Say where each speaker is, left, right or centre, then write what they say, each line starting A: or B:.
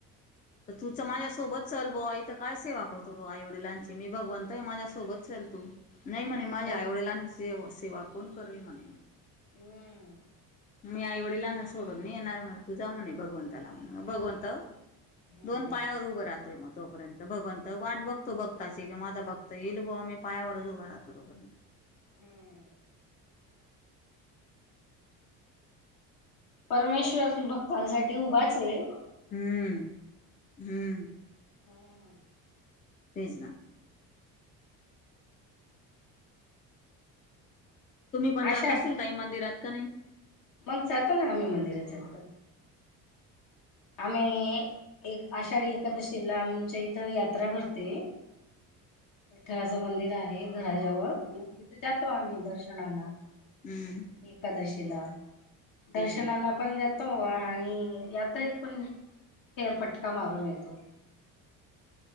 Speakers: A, on the left (about 25°); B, on the left (about 65°).
A: तर तूच माझ्यासोबत चल बुवा. ईथ काय सेवा करतो तू आई वडिलांची? मी भगवंतये माझ्यासोबत चल तू. नाही म्हणे,
B: हम्म
A: माझ्या आई वडिलांचे सेवा कोण करेल? म्हणे.
B: हम्.
A: मी आईवडिलां ना सोडून नाही येणार म्हणे. तू जा म्हणे भगवंताला म्हणा. भगवंत-
B: हम्म
A: दोन पायावर
B: हम्म
A: उभरात. हतोय मग तोपर्यंत. भगवंत वाट बघतो भक्ताची कि माझा भक्त येईल बुवा. मी पायावरच उभा राहतो. बरोबर.
B: हम्म परमेश्वर भक्तांसाठी उभाचये.
A: हम्म. हम्म.
B: हम्.
A: तेच ना. तुम्ही पण
B: आषाढ
A: जात असेल ताई मंदिरात. का नाही?
B: मग जातो ना आम्ही मंदिरात जातो. आम्ही एक आषाढी एकादशीला आमच्या इथं यात्रा भरते. विठ्ठलाचं मंदिर आहे घराजवळ. मग तिथे जातो आम्ही दर्शनाला.
A: हम्म.
B: एकादशीला. दर्शनाला-
A: तेच ना
B: आपण जातो आणि यात्रेत पण फेरफटका मारून येतो.